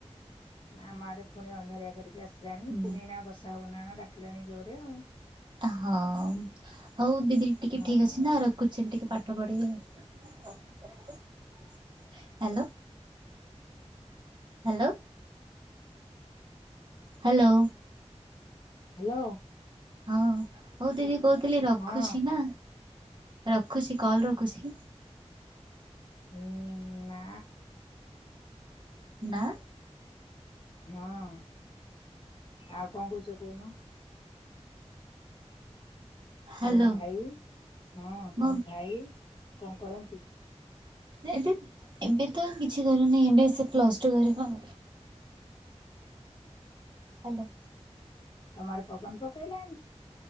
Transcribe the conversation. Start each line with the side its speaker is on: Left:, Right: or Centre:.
Left: ନା ଆମ ଆଡେ ପୁଣି ଅନ୍ଧାରିଆ କରିକି ଆସିଲାଣି
Right: ହୁଁ
Left: ପୁଣି ନା ବର୍ଷା ହବ ନା ନା ଡାକିଲାଣି ଜୋରରେ ଆଉ।
Right: ହଁ ହଉ ଦିଦି ଟିକେ
Left: ହଁ
Right: ଠିକ ଅଛି ନା ରଖ କୋଚିନ ଟିକେ ପାଠ ପଢ଼େ ହ୍ୟାଲୋ। ହ୍ୟାଲୋ। ହ୍ୟାଲୋ।
Left: ହ୍ୟାଲୋ।
Right: ହଁ ହଉ ଦିଦି କହୁଥିଲି ରଖୁଛି
Left: ହଁ
Right: ନା ରଖୁଛି କଲ ରଖୁଛି।
Left: ହୁଁ ନା
Right: ନା
Left: ହଁ ଆଉ କଣ କହୁଚ କହୁନ।
Right: ହ୍ୟାଲୋ
Left: ତମ ଭାଇ ହଁ
Right: ମୁଁ
Left: ତମ ଭାଇ କଣ କରନ୍ତି?
Right: ଏବେ ଏବେ ତ କିଛି କରୁନି ଏବେ ସେ ପ୍ଲସ ଟୁ ହେରିକା ହ୍ୟାଲୋ
Left: ତମ ଆଡେ ପବନ ପକେଇଲାଣି?